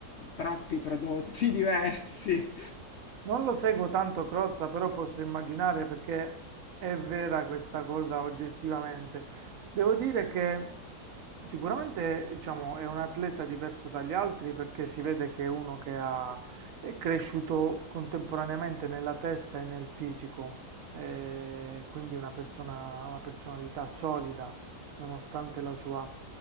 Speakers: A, on the left; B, on the right.
A: troppi prodotti <laughs> diversi.
B: Non lo seguo tanto Crozza, però posso immaginare perché è vera questa cosa oggettivamente. Devo dire che sicuramente, diciamo, è un atleta diverso dagli altri perché si vede che è uno che ha, è cresciuto contemporaneamente nella testa e nel fisico, eh, quindi una persona, ha una personalità solida nonostante la sua